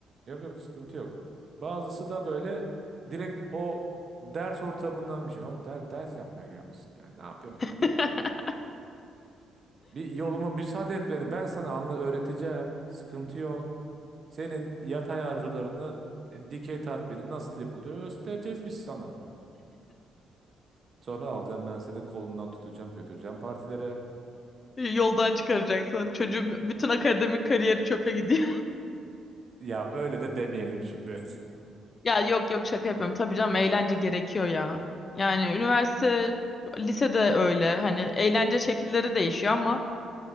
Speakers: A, on the right; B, on the left.
A: Yok yok sıkıntı yok. Bazısı da böyle direkt o ders ortamından bir şey. Abi der, ders yapmaya gelmişsin. Yani ne yapıyorsun kanka
B: <laughs>
A: ya? Bir yoluma müsaade et beni. Ben sana anla öğreteceğim. Sıkıntı yok. Senin yatay arzularının e, dikey tatmini nasıl yapılıyor göstereceğiz biz sana. Sonra alacağım ben seni kolundan tutacağım götüreceğim partilere.
B: Yoldan çıkaracaksın. Çocuğun bütün akademik kariyeri çöpe gidiyor.
A: Ya öyle de demeyelim şimdi. <laughs>
B: <laughs> Ya yok yok şaka yapıyorum. Tabii canım eğlence gerekiyor ya. Yani üniversite, lisede öyle. Hani eğlence şekilleri değişiyor ama